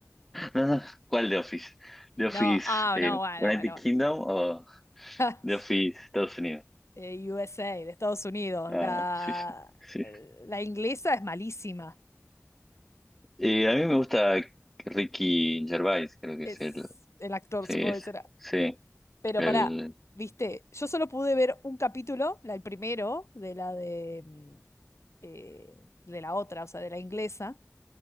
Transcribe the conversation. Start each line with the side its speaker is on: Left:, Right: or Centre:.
Centre: no, no, ¿cuál The Office? The Office
Left: No, ah,
Centre: eh,
Left: no, bueno,
Centre: United
Left: bueno.
Centre: Kingdom o
Left: bueno.
Centre: The
Left: <laughs>
Centre: Office Estados Unidos.
Left: Eh, USA, de Estados Unidos.
Centre: Ah,
Left: La,
Centre: sí, sí, sí.
Left: eh, la inglesa es malísima.
Centre: Eh, a mí me gusta Ricky Gervais, creo que
Left: Es
Centre: es el.
Left: el actor,
Centre: Sí,
Left: supongo
Centre: es.
Left: que será.
Centre: Sí.
Left: Pero
Centre: El,
Left: pará, viste, yo solo pude ver un capítulo, la- el primero, de la de mm, eh, de la otra, o sea, de la inglesa,